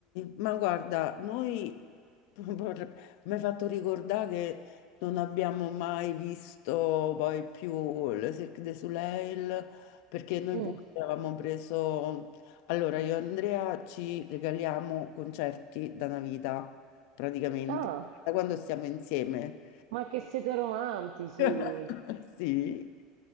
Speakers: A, on the left; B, on the right.
A: ma guarda, noi, <laughs> vorre- mi hai fatto ricordare che non abbiamo mai visto poi più le Cirque du Soleil, perché noi
B: Mm.
A: pure avevamo preso, allora io e Andrea ci regaliamo concerti da una vita, praticamente,
B: Ah,
A: da quando stiamo insieme.
B: ma che siete romantici!
A: <laughs> Sì.